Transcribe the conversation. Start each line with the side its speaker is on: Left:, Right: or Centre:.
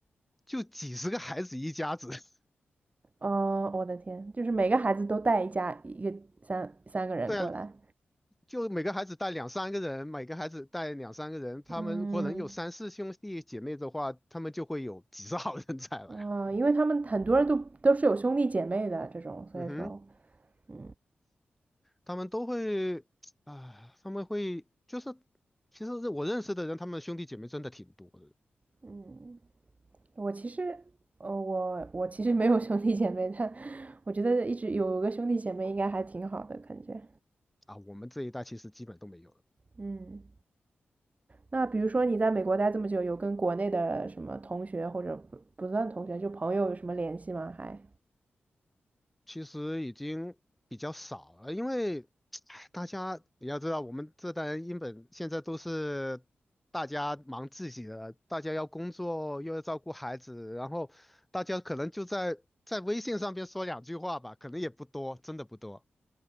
Centre: 就几十个孩子一家子。<laughs>
Right: 哦，我的天，就是每个孩子都带一家一个三三个人过来。
Centre: 对啊，就每个孩子带两三个人，每个孩子带两三个人，他们或能有三四兄弟姐妹的话，
Right: 嗯，
Centre: 他们就会有几十号人才来啊。
Right: 啊，因为他们很多人都都是有兄弟姐妹的这种，所以说，
Centre: <laughs> 嗯哼，
Right: 嗯
Centre: 他们都会啊，他们会就是，其实我认识的人，他们兄弟姐妹真的挺多的
Right: 嗯，我其实，呃，我我其实没有兄弟姐妹，但我觉得一直有个兄弟姐妹应该还挺好的感觉。
Centre: 啊。我们这一代其实基本都没有了。
Right: 嗯，那比如说你在美国待这么久，有跟国内的什么同学或者不不算同学，就朋友有什么联系吗？还？
Centre: 其实已经比较少了，因为 <tsk> 唉大家你要知道，我们这代人英本现在都是大家忙自己的，大家要工作又要照顾孩子，然后大家可能就在在微信上边说两句话吧，可能也不多，真的不多。